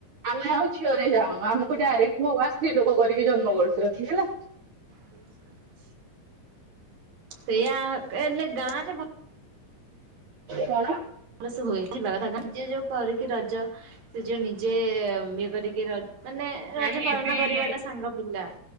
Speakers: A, on the right; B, on the right.
A: ଆମେ ଆଉ ଛୁଅ ଏ ଯାଉ ଅ ଆମୁକୁ ଡାଇରେକ୍ଟ ମୋ ଆସି ଲୋକ କରିକି ଜନ୍ମ କରୁଚନ୍ତି ହେଲା।
B: ବୋହୁ ସାରୁଛି। ସେ ଆ ଏଲେ ଗାଁରେ ଭ
A: କଣ?
B: ଲସେ ହୁଏ ଏଇ ଲରଗାଁ ଳ ଯିଏ ଯୋଉ କରିକି ରଜ ସେ ଯୋଉ ନିଜେ ଇଏ କରିକି ର ମାନେ
A: ନାଇଁ
B: ରଜ ପାଳନ
A: ଏବେ
B: କରିବାଟା ସାଙ୍ଗ ପିଲା